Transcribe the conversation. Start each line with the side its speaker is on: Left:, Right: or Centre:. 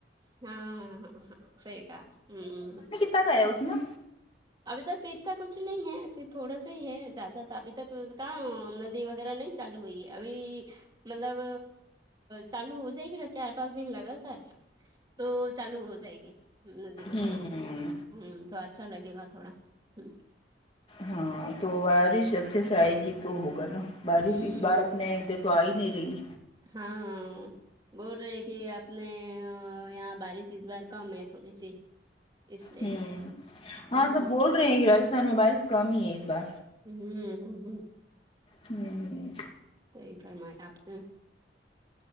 Right: ہاں صحیح کہا ہمم
Left: تک آیا اس میں
Right: ابھی تک تو اتنا کچھ نہیں ہے صرف تھوڑا سا ہی ہے زیادہ تو ابھی تک کام ندی وغیرہ نہیں چالو ہوئے ابھی مطلب چالو ہو جائے گی چار پانچ دن لگا تو چالو ہو جائے گی ندی وغیرہ
Left: ہوں
Right: ہمم تو اچھا لگے گا تھوڑا ہ
Left: ہاں تو بارش اچھے سے ائے گی تو ہوگا نا بارش
Right: ہوں
Left: اس بار اپنے ادھر تو آہی نہیں رہی
Right: ہاں بول رہے کہ اپنے یہاں بارش اس بار کم ہے تھوڑی سی اس لیے
Left: ہمم ہاں
Right: ہ
Left: سب بول رہے ہیں راجستان میں بارش کم ہی ہے اس بار
Right: ہمم ہمم ہمم
Left: ہمم ہمم
Right: صحیح فرمایا آپ نے